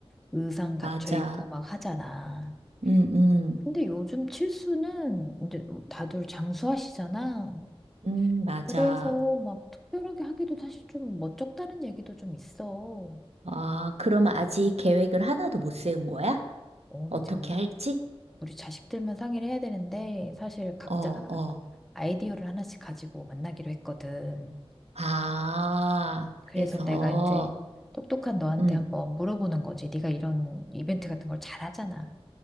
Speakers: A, in the centre; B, on the right.
A: 의상 갖춰
B: 맞아.
A: 입고 막 하잖아.
B: 음, 음,
A: 근데 요즘 칠수는 이제 다들 장수하시잖아.
B: 음, 맞아.
A: 그래서 막 특별하게 하기도 사실 좀 멋쩍다는 얘기도 좀 있어.
B: 아, 그럼 아직 계획을 하나도 못 세운 거야?
A: 어,
B: 어떻게
A: 이제 우리,
B: 할지?
A: 우리 자식들만 상의를 해야 되는데 사실 각자
B: 어, 어.
A: 아이디어를 하나씩 가지고 만나기로 했거든.
B: 아, 그래서,
A: 그래서 내가 이제 똑똑한 너한테
B: 음,
A: 한번 물어보는 거지. 네가 이런 이벤트 같은 걸 잘하잖아.